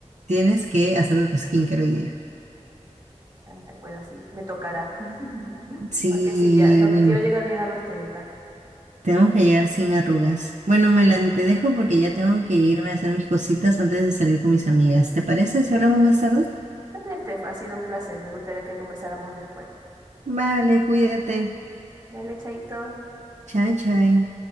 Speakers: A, on the right; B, on the right.
A: tienes que hacer tu skincare hoy día.
B: Ay, bueno, sí, me tocará. <laughs>
A: Sí,
B: Porque sí, ya no
A: bueno.
B: quiero llegar bien a los 30.
A: Tenemos que llegar sin arrugas. Bueno, Melanie, te dejo porque ya tengo que irme a hacer mis cositas antes de salir con mis amigas. ¿Te parece si hablamos más tarde?
B: Dale, Estefa, ha sido un placer. Me gustaría que conversáramos después.
A: Vale, cuídate.
B: Dale, chaito.
A: Chao, chao.